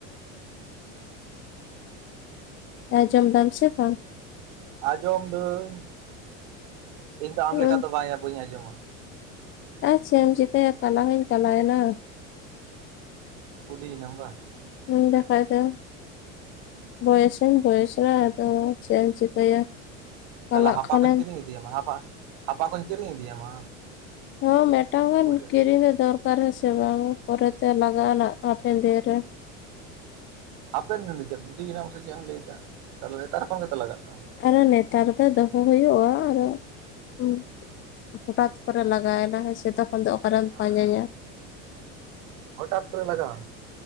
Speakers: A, on the left; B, on the right.
A: ᱟᱸᱡᱚᱢ ᱫᱟᱢ ᱥᱮ ᱵᱟᱝ?
B: ᱟᱸᱡᱚᱢ ᱫᱟᱹᱧ ᱤᱧ ᱫᱚ ᱟᱢ ᱞᱮᱠᱟ
A: ᱦᱩᱸ
B: ᱫᱚ ᱵᱟᱝᱭᱟ ᱵᱟᱹᱧ ᱟᱸᱡᱚᱢᱟ᱾
A: ᱟᱨ ᱪᱮᱢ ᱪᱤᱠᱟᱹᱭᱟ ᱠᱟᱞᱟ ᱦᱚᱧ ᱠᱟᱞᱟᱭ ᱱᱟ᱾
B: ᱵᱩᱰᱤᱭᱱᱟᱢ ᱵᱟᱝ᱾
A: ᱦᱩᱸ ᱵᱟᱠᱷᱟᱡ ᱫᱚ᱾ ᱵᱚᱭᱮᱥ ᱦᱚᱧ ᱵᱚᱭᱮᱥ ᱱᱟ ᱟᱫᱚ ᱪᱮᱫ ᱪᱤᱠᱟᱹᱭᱟ᱾
B: ᱛᱟᱦᱚᱞᱮ
A: ᱠᱟᱞᱟᱜ
B: ᱦᱟᱯᱟ
A: ᱠᱷᱟᱱᱮᱢ
B: ᱠᱚᱧ ᱠᱤᱨᱤᱧ ᱤᱫᱤᱭᱟᱢᱟ ᱦᱟᱯᱟ ᱦᱟᱯᱟ ᱠᱚᱧ ᱠᱤᱨᱤᱧ ᱤᱫᱤᱭᱟᱢᱟ᱾
A: ᱦᱚᱸ ᱢᱤᱫᱴᱟᱝ ᱜᱟᱱ
B: ᱵᱩᱰᱷᱟᱹ
A: ᱠᱤᱨᱤᱧ ᱫᱚ ᱫᱚᱨᱠᱟᱨ ᱦᱮᱸᱥᱮ ᱵᱟᱝ ᱯᱚᱨᱮᱛᱮ ᱞᱟᱜᱟᱜᱼᱟ ᱱᱟᱜ ᱦᱟᱯᱮᱱ ᱫᱤᱱ ᱨᱮ᱾
B: ᱦᱟᱯᱮᱱ ᱫᱤᱱ ᱫᱚ ᱪᱮᱫ ᱵᱩᱰᱤᱭᱱᱟᱢ ᱥᱮ ᱪᱮᱫ ᱮᱢ ᱞᱟᱹᱭᱮᱫᱟ ᱛᱟᱦᱚᱞᱮ ᱱᱮᱛᱟᱨ ᱠᱷᱚᱱ ᱜᱮᱛᱚ ᱞᱟᱜᱟᱜ ᱛᱟᱢᱟ᱾
A: ᱟᱨᱮ ᱱᱮᱛᱟᱨ ᱫᱚ ᱫᱚᱦᱚ ᱦᱩᱭᱩᱜᱼᱟ ᱟᱨᱦᱚ ᱦᱩᱸ ᱦᱚᱴᱟᱛ ᱠᱚᱨᱮ ᱞᱟᱜᱟᱣᱮᱱᱟ ᱦᱮᱸᱥᱮ ᱛᱚᱠᱷᱚᱱ ᱫᱚ ᱚᱠᱟᱨᱮᱢ
B: ᱛᱟᱢᱟ
A: ᱯᱟᱸᱡᱟᱭᱟ᱾
B: ᱦᱚᱴᱟᱛ ᱠᱚᱨᱮ ᱞᱟᱜᱟᱣᱟᱢ᱾